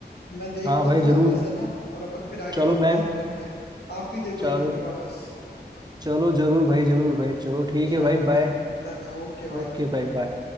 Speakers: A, on the left; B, on the right.
A: मैं देखता
B: हाँ भाई
A: हूँ
B: जरूर
A: <laughs> वापस है ना और अपन फिर आगे
B: चलो
A: और
B: मैं
A: बात करते हैं आप भी देखो
B: चलो
A: ये मूवी वापस
B: चलो जरूर भाई जरूर भाई चलो ठीक
A: चलो
B: है भाई
A: भाई
B: बाय
A: डन है ओके बाय
B: ओके
A: भाई
B: भाई बाय